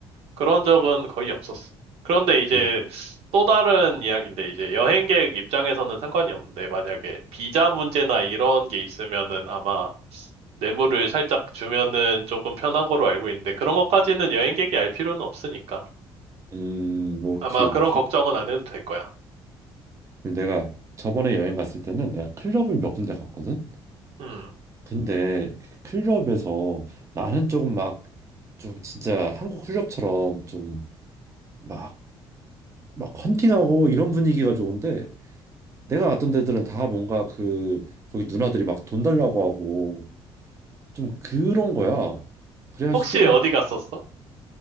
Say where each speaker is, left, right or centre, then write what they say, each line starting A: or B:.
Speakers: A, on the right (about 75°); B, on the right (about 30°).
A: 그런 적은 거의 없었어. 그런데 이제
B: 응,
A: 또 다른 이야기인데 이제 여행객 입장에서는 상관이 없는데 만약에 비자 문제나 이런 게 있으면은 아마 뇌물을 살짝 주면은 조금 편한 거로 알고 있는데 그런 것까지는 여행객이 알 필요는 없으니까
B: 음, 오케이,
A: 아마 그런
B: 오케이.
A: 걱정은 안 해도 될 거야.
B: 내가 저번에 여행 갔을 때는 내가 클럽을 몇 군데 갔거든.
A: 음.
B: 근데 그 클럽에서 나는 조금 막 좀 진짜 한국 클럽처럼 좀 막 막 헌팅하고 이런 분위기가 좋은데 내가 갔던 데들은 다 뭔가 그 거기 누나들이 막 돈 달라고 하고 좀 그런 거야. 그래가지고
A: 혹시
B: 좀
A: 어디 갔었어?